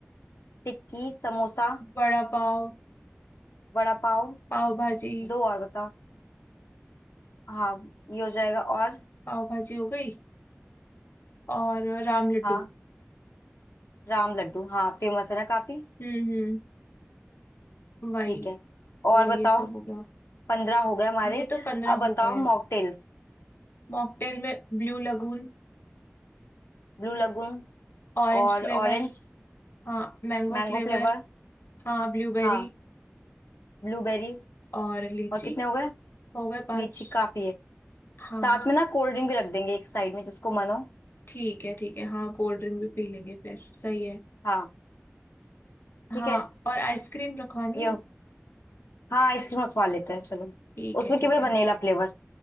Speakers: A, on the left; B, on the left.
A: टिक्की समोसा
B: बड़ा पाव
A: वड़ा पाव
B: पाव भाजी
A: दो और बताओ हाँ ये हो जाएगा और
B: पाव भाजी हो गई और राम लड्डू
A: हाँ राम लड्डू हाँ फेमस है ना काफी
B: हम्म हम्म वही
A: ठीक है और
B: तो
A: बताओ
B: ये सब हो गया
A: पंद्रह हो गए हमारे
B: ये तो पंद्रह
A: अब बताओ
B: हो गए
A: मॉकटेल्स
B: मॉकटेल में ब्लू लगून
A: Blue lagoon
B: Orange
A: और
B: flavour
A: ऑरेंज
B: हाँ मैंगो
A: Mango
B: फ्लेवर
A: flavour
B: हाँ ब्लूबेरी
A: हाँ ब्लूबेरी
B: और लीची
A: और कितने हो गए
B: हो गए पांच
A: लीची काफी है
B: हाँ
A: साथ में ना कोल्ड ड्रिंक भी रख देंगे एक साइड में जिसको मन हो
B: ठीक है ठीक है हाँ कोल्ड ड्रिंक भी पी लेंगे फिर सही है
A: हाँ
B: हाँ
A: ठीक है
B: और आइसक्रीम रखवानी
A: ये
B: है
A: हो- हाँ आइसक्रीम रखवा लेते हैं चलो
B: ठीक
A: उसमें
B: है ठीक
A: केवल
B: है
A: वनीला फ्लेवर